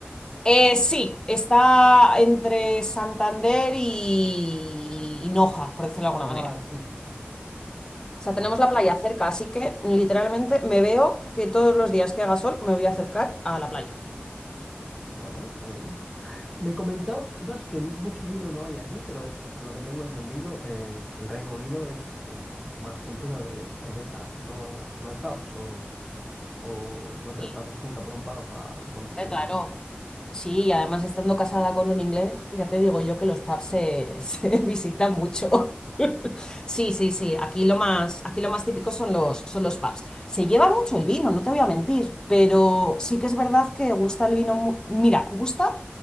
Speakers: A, on the left; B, in the centre.
A: Eh, sí, está entre Santander y y Noja, por decirlo de alguna
B: Ah,
A: manera.
B: sí, sí, sí.
A: O sea,
B: Vale,
A: tenemos la
B: vale.
A: playa cerca, así que literalmente me veo que todos los días que haga sol me voy a acercar a la playa.
B: Bueno, está bien. Me comentabas que mucho vino no hay allí, pero por lo que tengo entendido, eh, el Reino Unido es eh, más cultura de cerveza. No, no hay pubs o, o no te
A: Sí,
B: pasas nunca por un pub a- con tu...
A: eh, claro. Sí, y además estando casada con un inglés, ya te digo yo que los pubs se, <laughs> se visitan mucho. <laughs> Sí, sí, sí. Aquí lo más, aquí lo más típico son los, son los pubs. Se lleva mucho el vino, no te voy a mentir, pero sí que es verdad que gusta el vino. mu- Mira, gusta,